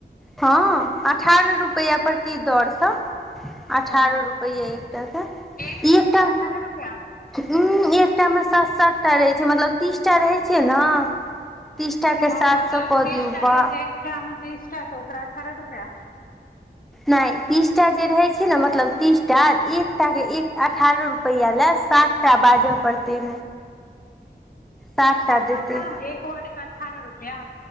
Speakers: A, in the centre; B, on the left.
A: हँ अठारह रुपैया प्रति दरसँ अठारह
B: ओ
A: रुपैये एकटा कऽ
B: एक वर्ड
A: एकटा
B: के अठारह रुपआ
A: ह एकटा मे सात सातटा रहै छै मतलब तीस टा रहै छै ने तीसटाक
B: ओ
A: सात
B: मतलब
A: सौ से कऽ
B: तीस
A: दिऔ
B: टा
A: बा
B: देत एकटा मे तीस टा तऽ ओकरा अठारह रुपआ
A: नहि तीसटा जे रहै छै ने मतलब तीसटा एकटा के एक अठारह रुपैया लए सातटा बाजऽ पड़तै सात
B: सैह
A: टा
B: तऽ
A: देतै
B: हम कहलहु एक वर्ड का अठारह रुपया